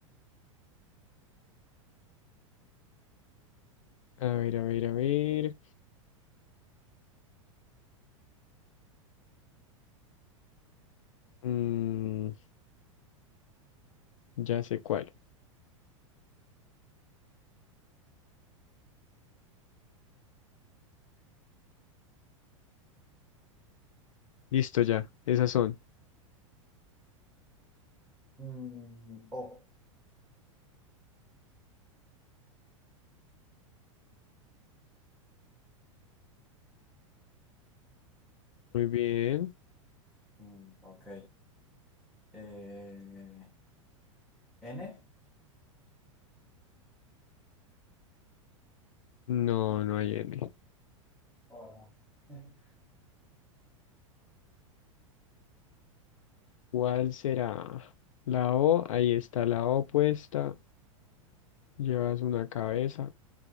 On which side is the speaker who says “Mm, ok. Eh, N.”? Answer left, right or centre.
Centre